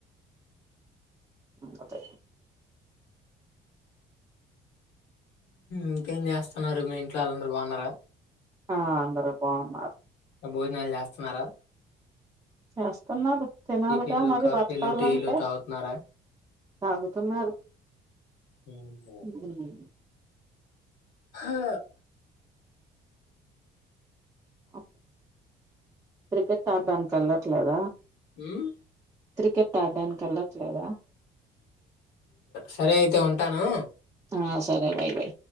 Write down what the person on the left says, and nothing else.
ఇంకేం చేస్తన్నారు మీ ఇంట్లో వాళ్ళందరూ బాగున్నారా
భోజనాలు చేస్తన్నారా
టిఫిన్లు,
కాఫీలు,
టీలు తాగుతున్నారా?
హుమో
హా
ఉమ్
సరే అయితే ఉంటాను